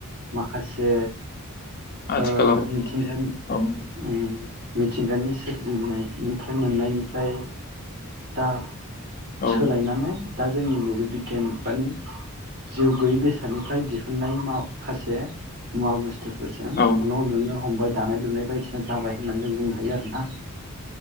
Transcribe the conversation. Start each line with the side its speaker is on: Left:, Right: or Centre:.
Right: माखासे
Left: आथिखालाव
Right: ओ मिथिंगानि
Left: औ
Right: उ मिथिंगानि सोरजिनायनिफ्राय मोननायनिफ्राय दा
Left: औ
Right: सोलायनानै दा जोंनि नैबे बिगियान मानि जिउ गोैयै बेसादनिफ्राय दिहुननाय माव खासे मुवा बुस। फोरजों
Left: औ
Right: न' लुनो हमबाय दानाय लुनाय। बायदिसिना जाबाय होननानै जों बुंनो हायो आरोना।